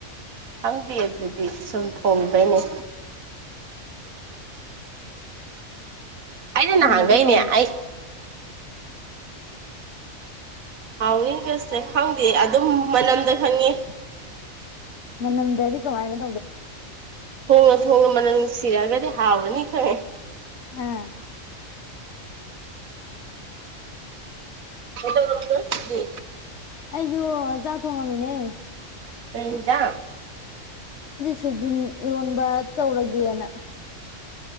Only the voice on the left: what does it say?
ꯊꯣꯡꯕꯁꯦ
ꯀꯧꯋꯦꯕ
ꯃꯗ ꯑꯙꯀ ꯍꯥꯏꯅ
ꯑꯥ
ꯑꯩꯣꯣ ꯃꯃꯤꯅꯦ
ꯁꯣꯏꯖꯤꯟ ꯏꯔꯣꯟꯕ ꯇꯧꯔꯒꯦꯅ